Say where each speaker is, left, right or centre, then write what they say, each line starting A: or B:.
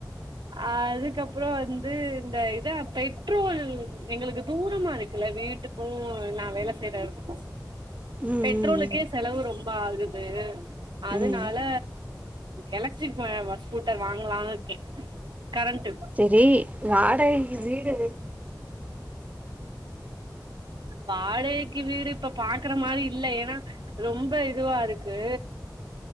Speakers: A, on the right; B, on the right.
A: அதுக்கப்புறோ வந்து இந்த இதா பெட்ரோல் எங்களுக்கு தூரமா இருக்குல்ல வீட் டுக்கு நா வேல செய்ற எடத்துக்கு
B: ம்
A: பெட்ரோலுக்கே
B: ம் ம்
A: செலவு ரொம்ப ஆகுது அதுனால
B: ம்
A: எலக்ட்ரிக் பஸ் ஸ்கூட்டர் வாங்குலான் இருக்கே கரண்ட்டு
B: சேரி வாடகைக்கு வீடு
A: வாடகைக்கு வீடு இப்ப பாக்ற மாரி இல்ல ஏன்னா ரொம்ப இதுவா இருக்கு